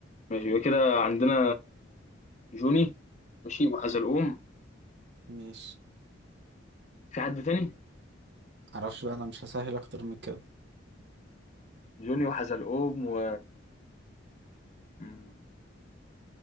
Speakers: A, on the left; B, on the right.
A: ماشي يبقى كده عندنا جوني ماشي وحزلقوم
B: ماشي
A: في حد تاني
B: معرفش بقى أنا مش هسهل أكتر من كده
A: جوني وحزلقوم و م-